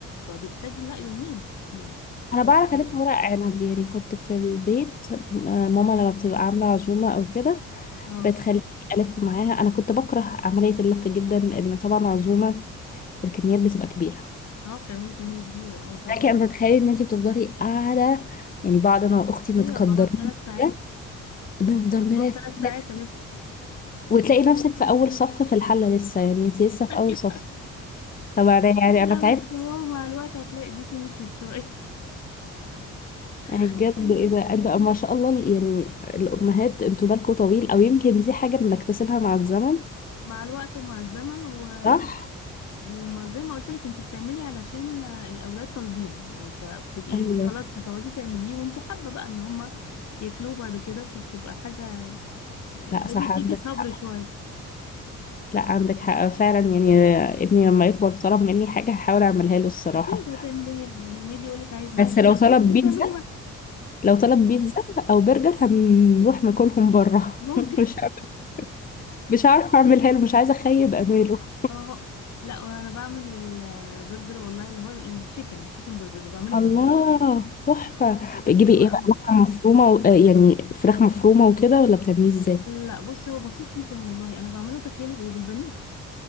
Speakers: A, on the left; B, on the left.
A: فبيحتاج لا يومين يعني بيتعمل
B: انا بعرف
A: على
B: الف
A: جنب
B: ورق عنب يعني كنت في البيت آه، ماما لما بتبقى عامله عزومه او كده
A: اه
B: بتخليني الف معاها انا كنت بكره عمليه اللف جدا لان طبعا عزومه الكميات بتبقى كبيرة
A: اه بتعملي كمية كبيرة اه طبعا
B: لكن انت تتخيلي ان انت بتفضلي قاعدة يعني بعض انا واختي متقدرين
A: ايوه بقعد ثلاث ساعات
B: كده بنفضل
A: انا بقعد
B: نلف
A: ثلاث
B: نلف
A: ساعات الف <laughs>
B: وتلاقي نفسك في اول صف في الحلة لسه يعني انت لسه في
A: ايوه
B: اول صف طبعا أنا- يعني
A: لا
B: انا تعبت
A: بس هو مع الوقت هتلاقي ايديكي مشيت شوية
B: يعني
A: <laughs>
B: بجد اذا انت ما شاء الله يعني الامهات انتوا بالكوا طويل او يمكن دي حاجة بنكتسبها مع الزمن
A: مع الوقت ومع الزمن و...
B: صح
A: وما زي ما قلت لك انت بتعملي علشان الاولاد طالبين يعني فبتبقي
B: ايوه
A: خلاص هتقعدي تعمليه وانت حابة بقى ان هما ياكلوه بعد كده فبتبقى حاجة ده
B: لا صح
A: بيديكي
B: عندك
A: صبر
B: حق
A: شوية
B: لا عندك حق فعلا يعني ابني لما يكبر طلب مني حاجة هحاول اعملها له الصراحة
A: اكيد هتعمليها له يعني لما يجي يقول لك عايز محشي
B: بس لو
A: لا
B: طلب
A: لازم
B: بيتزا
A: هتعملي محشي
B: لو طلب بيتزا او برجر هنروح ناكلهم بره
A: <laughs> ممكن
B: <laughs> مش عارفة- مش عارفه اعملها له مش عايزه اخيب اماله
A: اه لا وانا بعمل البرجر والله اللي هو التشيكن تشيكن برجر ده بعمله
B: الله
A: في البيت
B: تحفه
A: بيبقى
B: بتجيبي
A: حلو
B: ايه
A: قوي
B: بقى لحمه مفرومه و... آه، يعني فراخ مفرومه وكده ولا بتعمليه ازاي
A: لا بص هو بسيط جدا والله انا بعمله تخيلي بايه بالبانيه